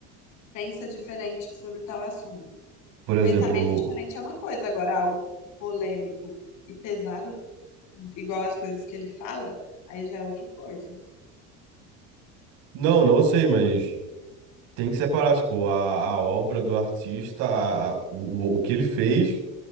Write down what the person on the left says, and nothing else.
pensa diferente sobre tal assunto.
Um
pensamento diferente é uma coisa, agora algo polêmico e pesado igual as coisas que ele fala, aí já é outra coisa.